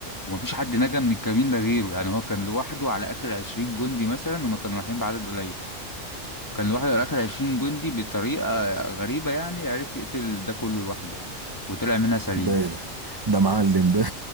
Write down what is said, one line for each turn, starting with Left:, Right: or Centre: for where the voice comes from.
Left: ومفيش حد نجا من الكمين ده غيره يعني هو كان لوحده على آخر عشرين جندي مثلا هما كانوا رايحين بعدد قليل كان لوحده على آخر عشرين جندي بطريقة غريبة يعني عرف يقتل ده كله لوحده وطلع منها سليم
Right: ده ايه ده ده معلم ده